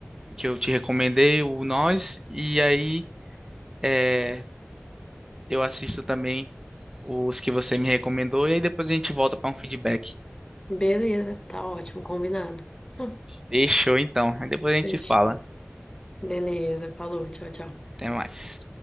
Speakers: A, on the right; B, on the left.
A: que eu te recomendei, o Nós, e aí é, eu assisto também os que você me recomendou, e aí depois a gente volta para um feedback.
B: Beleza, tá ótimo, combinado. <laughs>
A: Fechou então, aí depois a gente
B: Fechou.
A: se fala.
B: Beleza, falou, tchau, tchau.
A: Até mais.